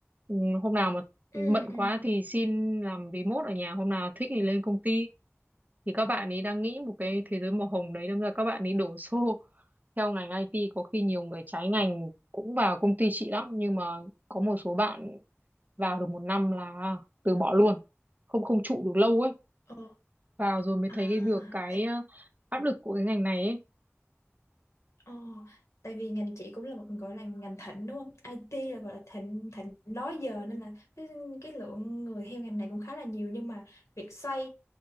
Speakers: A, on the right; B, on the left.
A: Ừ, hôm nào mà
B: Ừ.
A: bận
B: Ừ.
A: quá thì xin làm remote ở nhà hôm nào thích thì lên công ty thì các bạn ấy đang nghĩ một cái thế giới màu hồng đấy đâm ra các bạn ấy đổ xô <laughs> theo ngành IT có khi nhiều người trái ngành cũng vào công ty chị lắm nhưng mà có một số bạn vào được một năm là từ bỏ luôn không không trụ được lâu ấy
B: Ồ.
A: vào rồi mới
B: À.
A: thấy cái được cái
B: ê,
A: ờ, áp lực của cái ngành này ấy
B: Ồ. Tại vì ngành chị cũng là một gọi là ngành thịnh đúng không? IT là gọi là thịnh thịnh đó giờ nên là cái, cái lượng người theo ngành này cũng khá là nhiều nhưng mà việc xoay